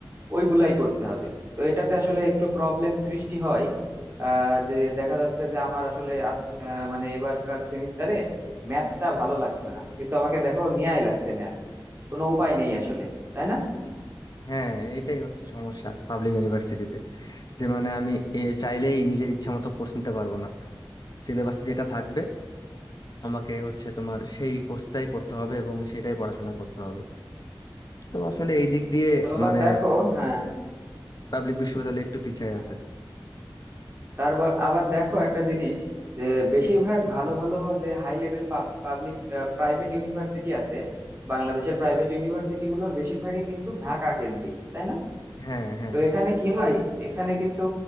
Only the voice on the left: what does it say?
হ্যাঁ এটাই হচ্ছে সমস্যা পাবলিক ইউনিভার্সিটিতে যে মানে আমি এ, চাইলেই নিজের ইচ্ছা মতো কোর্স নিতে পারবো না সিলেবাসে যেটা থাকবে আমাকে হচ্ছে তোমার সেই কোর্সটাই করতে হবে এবং সেটাই পড়াশোনা করতে হবে তো আসলে এই দিক দিয়ে
মানে
পাবলিক বিশ্ববিদ্যালয় একটু পিছায়
আছে
হ্যাঁ হ্যাঁ